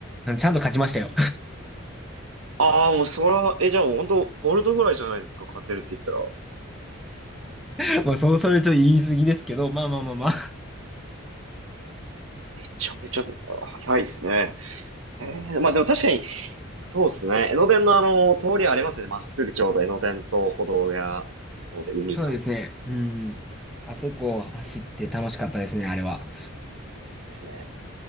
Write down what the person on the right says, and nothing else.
ああ、もうそれは、え、じゃあもう本当ボルトぐらいじゃないですか、勝てるって言ったら。
めちゃめちゃ、あ早いですね。へえ、
まあでも確かに、そうですね。江ノ電のあの、通りありますね。まっすぐちょうど江ノ電と歩道や、なんかこうで海が
ですね。